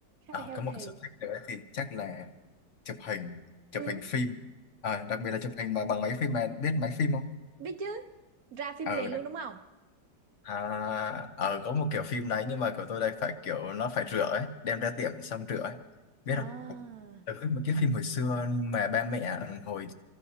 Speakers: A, on the right (about 60°); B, on the left (about 50°).
A: khá
B: à,
A: là healthy
B: có một cái sở thích nữa thì chắc là chụp hình chụp
A: ừ.
B: hình phim à, đặc biệt là chụp hình mà bằng máy phim mà biết máy phim không
A: biết chứ ra phim
B: ừ
A: liền luôn đúng không
B: À, ờ, có một kiểu phim đấy nhưng mà của tôi đây phải kiểu nó phải rửa ấy, đem ra tiệm xong rửa ấy. Biết
A: à
B: không? Ở cái, một cái phim hồi xưa mà ba mẹ hồi